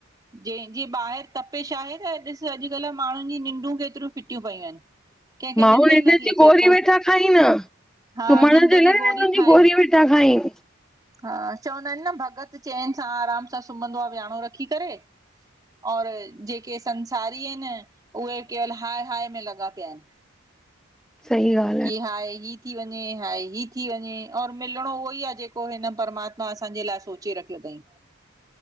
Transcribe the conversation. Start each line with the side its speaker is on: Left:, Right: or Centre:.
Right: जंहिंजे ॿाहिरि तपिश आहे त ॾिस अॼुकल्ह माण्हुनि जी निंडूं केतिरियूं फिटियूं पयूं आहिनि कंहिंखे
Centre: माण्हू
Right: निंड ई नथी
Centre: जी
Right: अचे
Centre: गोरी
Right: को
Centre: वेठा खाइनि
Right: हा
Centre: सुम्हण
Right: निंड
Centre: जे लाइ
Right: जी गोरी
Centre: निंड
Right: खाइनि
Centre: वेठा खाइनि
Right: हा चवंदा आहिनि न भॻत चैन सां आराम सां सुम्हंदो आहे विह्यांणो रखी करे और जेके संसारी आहिनि उहे केवल हाय हाय में लॻा पिया आहिनि
Centre: सही <unintelligible>
Right: कि हाए ई थी वञे, हाए ई थी वञे और मिलणो उहो ई आहे जेको हिन परमात्मा असांजे लाइ सोचे रखियो अथई।